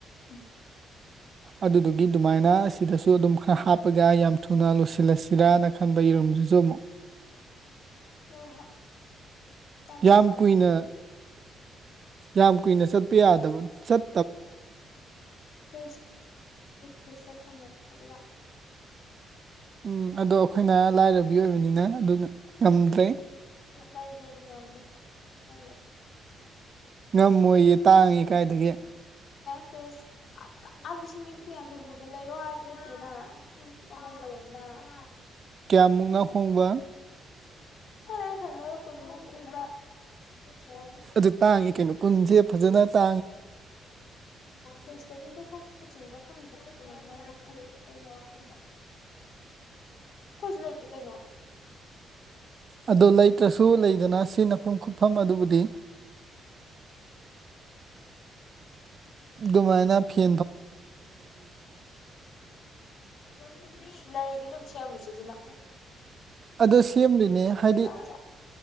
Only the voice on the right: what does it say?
ꯑꯗꯨꯗꯨꯒꯤ ꯑꯗꯨꯃꯥꯏꯅ ꯑꯁꯤꯗꯁꯨ ꯑꯗꯨꯝ ꯈꯔ ꯍꯥꯞꯄꯒ ꯌꯥꯝ ꯊꯨꯅ ꯂꯣꯏꯁꯤꯜꯂꯁꯤꯔꯅ ꯈꯟꯕꯔ ꯆꯁꯤꯁꯨ
ꯌꯥꯝ
ꯀꯨꯏꯅ
ꯌꯥꯝ ꯀꯨꯏꯅ ꯆꯠꯄ ꯌꯥꯗꯕ ꯆꯠ
ꯎꯝ ꯑꯗꯣ ꯑꯩꯈꯣꯏꯅ ꯂꯥꯏꯔꯕꯤ ꯑꯣꯏꯕꯅꯤꯅ ꯑꯗꯨꯅ
ꯉꯝꯗ꯭ꯔꯦ
ꯉꯝꯃꯣꯏꯌꯦ ꯇꯥꯡꯉꯤ ꯀꯥꯏꯗꯒꯤ
ꯀꯌꯥꯃꯨꯛꯅ ꯍꯣꯡꯕ
ꯑꯗꯨ ꯇꯥꯡꯉꯤ ꯀꯩꯅꯣ ꯀꯨꯟꯁꯦ ꯐꯖꯅ ꯇ
ꯑꯗꯨꯣ ꯂꯩꯇ꯭ꯔꯁꯨ ꯂꯩꯗꯅ ꯁꯤꯅꯐꯝ ꯈꯨꯠꯐꯝ ꯑꯗꯨꯕꯨꯗꯤ ꯣꯃꯥꯏꯅꯥ ꯐ
ꯑ ꯁꯦꯝꯗꯣꯏꯅꯦ ꯍꯥꯏꯗꯤ